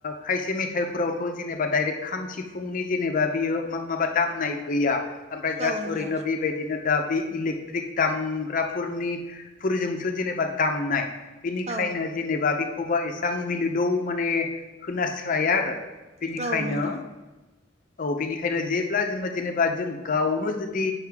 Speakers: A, on the left; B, on the right.
A: खायसे मेथाइफोरावथ' जेनेबा डाइरेक्ट खाम सिफुंनि जेनेबा बियो मा माबा दामनाय गैया ओमफ्राय जास्ट
B: औ नोंथां
A: ओरैनो बेबायदिनो दा बे इलेक्ट्रिक दामग्राफोरनि फोरजोंसो जेने बा दामनाय बेनिखायनो
B: औ
A: जेनेबा बेखौबा एसेबां मिलोदौ माने खोनास्राया आरो बेनिखायनो
B: औ नोंथां
A: औ बेनिखायनो जेब्ला जोङो जेनेबा जों गावनो जुदि